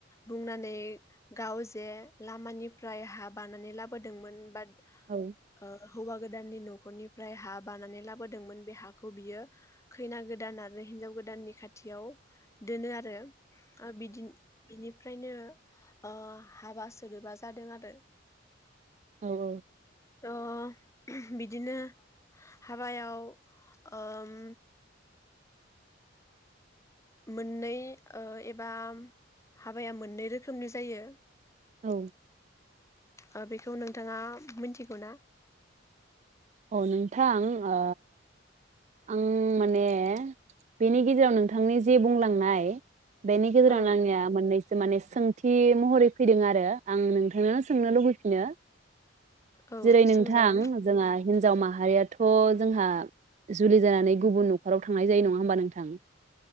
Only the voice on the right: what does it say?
औ
औ औ
औ
औ नोंथां ओ आं माने बेनि गेजेराव नोंथांनि जे बुंलांनाय बेनि गेजेरावनो
आंनिया मोननैसो से माने सोंथि महरै फैदों आरो आं नोंथांनो सोंनो लुबैफिनो
जेरै नोंथां
जोंहा हिनजाव माहारियाथ' जोंहा जुलि जानानै गुबुन न'खराव थांनाय जायो नङा होमबा नोंथां